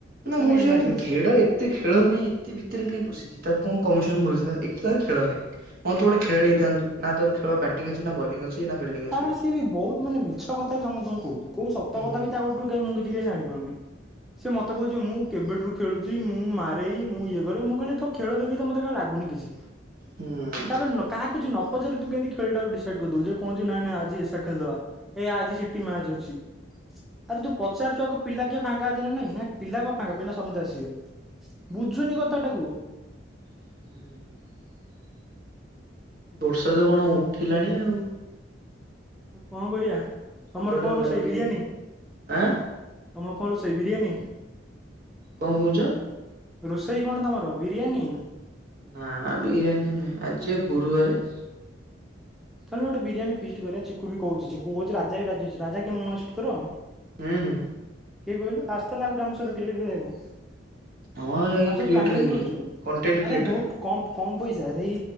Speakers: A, on the right (about 50°); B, in the centre.
A: ନା ମୁଁ
B: ଏଇ
A: ଜାନନୀ
B: ମ୍ୟାଚ୍ ଅଛି
A: ଘେଡ଼ ଏ ଏତେ ଖେଳ ପାଇଁ ଏତେ ଭିତରେ କାଇଁ ପଶିଚି ତାକୁ କଣ କମିଶନ ମିଳୁଚି ତା? ଏକତା ଖେଳ ନେଇଁ। ହଁ ତୁଗୋଟେ ଖେଳାଳି ହେଇଥାନ୍ତୁ ନା ତୋର ଖେଳ ବ୍ୟାଟିଂ ଅଛି ନା ବୋଲିଂ ଅଛି। ନା ଫିଲ୍ଡିଂ ଅଛି
B: ତାପରେ ସିଏ ବି ବହୁତ ମାନେ ମିଛ କଥା ବି ସମସ୍ତଙ୍କୁ କଉଚି କୋଉ ସତ
A: ହୁଁ
B: କଥା ବି ତାଙ୍କଠୁ କାଈ ମୁଁ କିଛି କାଇଁ ଜାଣିପାରୁନେଇଁ। ସେ ମତେ କଉଚି ମୁଁ କେବେଠୁରୁ ଖେଳୁଚି ମୁଁ ମାରେଇ ମୁଁ ଇଏ କରେ। ମୁଁ କଇଲି ତୋ ଖେଳ ଦେଖିକିତ ମତେ କାଇଁ ଲାଗୁନି କିଛି।
A: ହୁଁ।
B: ତାପରେ ନ କାହାକୁ କିଛି ନ ପଚିରି ତୁ କେମିତି ଖେଳଟା କୁ ଡିସାଇଡ କରଦୋଉଚୁ। କଉଜି ନାଇଁ ନାଇଁ ଆଜି ଏସା ଖେଲ ଦବା। ଏ ଆଜି ସେଠି ମ୍ୟାଚ୍ ଅଛି। ଆରେ ତୁ ପଚାରିଚୁ ଆଗ ପିଲା କିଏ ଫାଙ୍କା ଅଛି ନା ନାଇଁ। ନା ପିଲା କଣ ଫାଙ୍କା ପିଲା ସମସ୍ତେ ଆସିବେ। ବୁଝୁନି କଥାଟାକୁ।
A: ହୁଁ। ବର୍ଷା ତ କଣ ଉଠିଲାଣି ଆଉ।
B: କଣ କରିବା
A: ସବୁଆଡେ
B: ତମର କଣ
A: ଘୋଡା
B: ରୋଷେଇ
A: ଘୋଡି
B: ବିରିୟାନୀ?
A: ଗଲାଣି ଆଁ
B: ତମର କଁ ରୋଷେଇ ବିରିୟାନୀ?
A: କଣ କଉଚ?
B: ରୋଷେଇ କଣ ତମର ବିରିୟାନୀ?
A: ନା ବିରିୟାନୀ ନୁହେଁ। ଆଜି ବା ଗୁରୁବାରେ।
B: ଚାଲୁନୁ ଗୋଟେ ବିରିୟାନୀ ଫିଷ୍ଟ୍ କରିବା। ଚିକୁ ବି କୋଉଚିଚିକୁ କୋଉଚି ରାଜା ବି ରାଜି ଅଛି। ରାଜା କିଏ ମନଅଛିଟି ତୋର?
A: ହୁଁ ହୁଁ।
B: କିଏ କଇଲୁ ଆସଥିଲା ଆଗରୁ ଆମ ସଇତ କ୍ରିକେଟ୍ ଖେଳିବାକୁ।
A: ହଁ ଏଇ
B: ଆମେ ସବୁ
A: କ୍ରିଏଟର
B: ପ୍ଲାନିଂ
A: ହେଇଗଲେ
B: କରୁଚୁ।
A: କଣ୍ଟେଣ୍ଟ କ୍ରିଏଟର
B: ଆରେ ବହୁତ କମ୍ବ କମ୍ ପଇସା ଏଇ